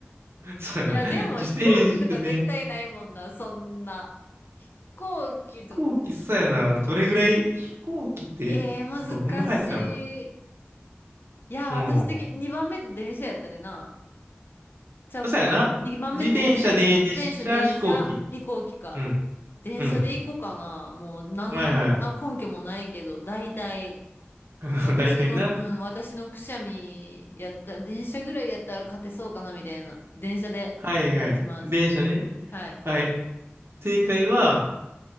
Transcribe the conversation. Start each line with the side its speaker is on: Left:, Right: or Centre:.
Right: そうやな。
Left: いや、でも飛行機とか絶対ないもんな、
Right: 自転車、電車、
Left: そんな。飛行機と、
Right: 飛行機、そうやな。どれぐらい、飛行機って、
Left: えー、難し
Right: どんな速さやろな。
Left: い。いや、
Right: うん。
Left: 私的に2番目電車やったでな。ちゃうっけ
Right: そうやな。
Left: ?2 番目電車やった。
Right: 自転車、電車、
Left: <laughs> 自転車、電車、
Right: 飛行機。
Left: 飛行機か。
Right: うん。
Left: 電車で行こうかな。
Right: うん。
Left: もう、なん、
Right: はいは
Left: あ、根拠もないけど、大体、
Right: い。<laughs>
Left: 私の、
Right: 大体な。
Left: うん、私のくしゃみやったら、電車ぐらいやったら勝てそうかな、みたいな。電車でお願いします。
Right: はいはい。電車ね。
Left: はい。
Right: はい。正解は、